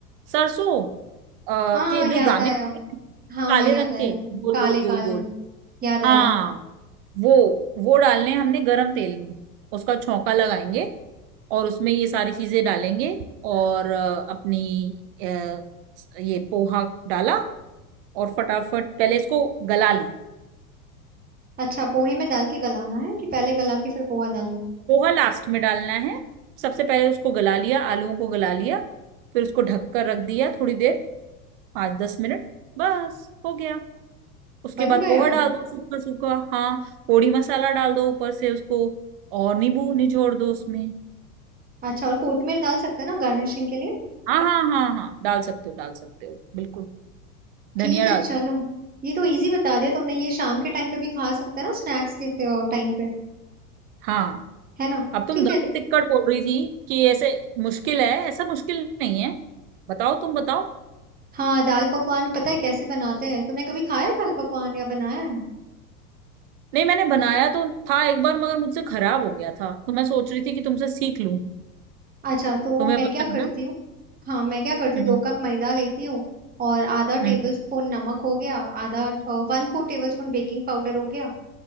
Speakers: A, on the right (about 40°); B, on the right (about 20°).
A: सरसों अ,
B: हाँ
A: के
B: याद
A: जो दाने
B: आया
A: होते हैं,
B: हाँ
A: काले
B: हाँ याद
A: रंग
B: आया
A: के
B: याद आया
A: गोल
B: काले
A: गोल गोल
B: काले
A: गोल
B: याद आया
A: हाँ वो वो डालने हैं हमने गरम तेल में उसका छौंका लगाएंगे और उसमें ये सारी चीजें डालेंगे और अ, अपनी अ, ये पोहा डाला और फटाफट पहले इसको गला ली
B: अच्छा पोहे में डाल के गलाना है कि पहले गला के फिर पोहा डालना है?
A: पोहा लास्ट में डालना है सबसे पहले उसको गला लिया आलूओं को गला लिया फिर उसको ढक कर रख दिया थोड़ी देर पाँच दस मिनट बस हो गया उसके
B: बन
A: बाद
B: गया
A: पोहा डाल दो सूखा सूखा हाँ पोड़ी मसाला डाल दो ऊपर से उसको और नींबू निचोड़ दो उसमें
B: अच्छा और कोथिमीर डाल सकते हैं ना गार्निशिंग के लिए
A: हाँ हाँ हाँ हाँ डाल सकते हो डाल सकते हो बिल्कुल
B: ठीक
A: धनिया
B: है
A: डाल
B: चलो
A: सकते
B: ये तो इजी बता दिया तुमने ये शाम के टाइम पे भी खा सकते हैं ना स्नैक्स के टाइम पे
A: हो हाँ
B: है ना
A: अब तुम
B: ठीक
A: दाल
B: है
A: टिक्कड़ बोल रही थी कि ऐसे मुश्किल है ऐसा मुश्किल नहीं है बताओ तुम बताओ
B: हाँ दाल पकवान पता है कैसे बनाते हैं तुमने कभी खाया है दाल पकवान या बनाया है
A: नहीं मैंने बनाया तो था एक बार मगर मुझसे खराब हो गया था तो मैं सोच रही थी कि तुमसे सीख लूं
B: अच्छा तो
A: तुम्हें
B: मैं
A: पता
B: क्या
A: है
B: करती
A: ना
B: हूँ हाँ मैं क्या करती
A: हम्म
B: हूँ दो कप मैदा लेती हूँ और आधा
A: हम्म
B: टेबल स्पून नमक हो गया आधा वन फोर टेबल स्पून बेकिंग पाउडर हो गया